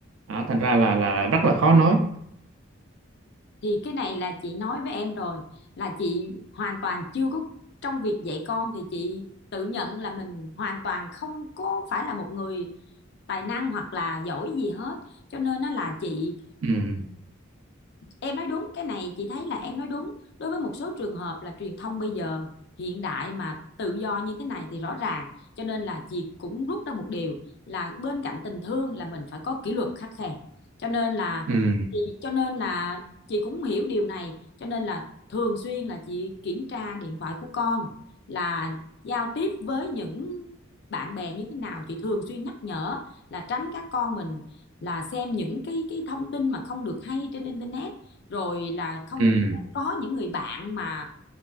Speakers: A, on the right (about 85°); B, on the left (about 55°).
A: đó, thành ra là là rất là khó nói
B: thì cái này là chị nói với em rồi là chị hoàn toàn chưa có trong việc dạy con thì chị tự nhận là mình hoàn toàn không có phải là một người tài năng hoặc là giỏi gì hết cho nên nó là chị
A: ừ
B: em nói đúng cái này chị thấy là em nói đúng đối với một số trường hợp là truyền thông bây giờ hiện đại mà tự do như thế này thì rõ ràng cho nên là chị cũng rút ra một điều là bên cạnh tình thương là mình phải có kỷ luật khắt khe cho nên là
A: ừ
B: chị cho nên là chị cũng hiểu điều này cho nên là thường xuyên là chị kiểm tra điện thoại của con là giao tiếp với những bạn bè như thế nào chị thường xuyên nhắc nhở là tránh các con mình là xem những cái cái thông tin mà không được hay trên internet rồi là không
A: ừ
B: có những người bạn mà